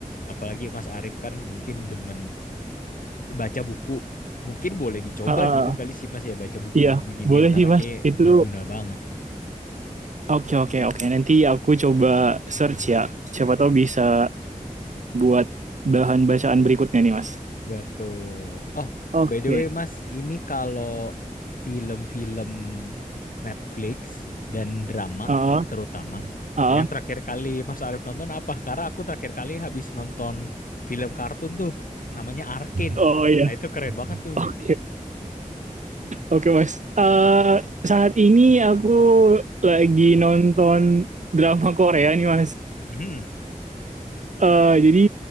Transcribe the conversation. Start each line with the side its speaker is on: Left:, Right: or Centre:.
Left: Apalagi Mas Arif kan mungkin demen baca buku. Mungkin boleh dicoba
Right: Ah, ah,
Left: gitu
Right: ah.
Left: kali sih Mas ya baca buku
Right: iya
Left: beginian
Right: boleh
Left: karena
Right: sih mas
Left: kayak
Right: itu
Left: berguna banget.
Right: oke oke oke nanti aku coba search ya siapa tahu bisa buat bahan bacaan berikutnya nih, Mas.
Left: Betul. Oh,
Right: Oke.
Left: by the way, Mas, ini kalau film-film Netflix dan drama
Right: Ah,
Left: terutama,
Right: ah.
Left: yang terakhir kali Mas Arif nonton apa? Karena aku terakhir kali habis nonton film kartun tuh, namanya Arkin.
Right: Oh iya.
Left: Nah, itu keren banget tuh.
Right: Oke. Oke, Mas. Eh, saat ini aku lagi nonton drama Korea nih, Mas.
Left: Mhm.
Right: Eh, jadi